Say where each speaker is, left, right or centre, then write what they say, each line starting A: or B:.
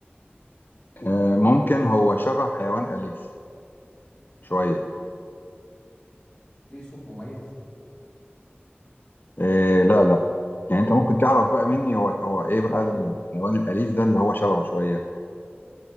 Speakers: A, on the left; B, on the left.
A: آه، ممكن هو شبه حيوان أليف شوية
B: ليه صوت مميز
A: إيه لا لا يعني انت ممكن تعرف بقى مني هو هو ايه بقى الحيوان الاليف ده اللي هو شبهه شويه